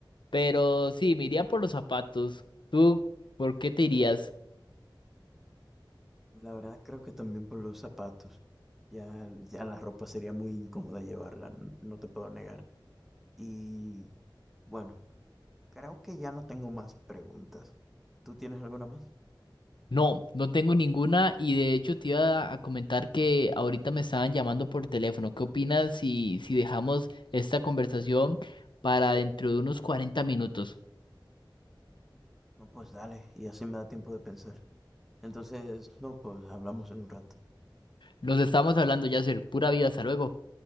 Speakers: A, on the left; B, in the centre.
A: Pero sí, me iría por los zapatos. ¿Tú por qué te irías?
B: La verdad creo que también por los zapatos. Ya, ya la ropa sería muy incómoda llevarla, n- no te puedo negar. Y bueno, creo que ya no tengo más preguntas. ¿Tú tienes alguna más?
A: No, no tengo ninguna y de hecho te iba a comentar que ahorita me estaban llamando por teléfono. ¿Qué opinas si, si dejamos esta conversación para dentro de unos 40 minutos?
B: No, pues dale, y así me da tiempo de pensar. Entonces, no, pues hablamos en un rato.
A: Nos estamos hablando, Yasser. Pura vida, hasta luego.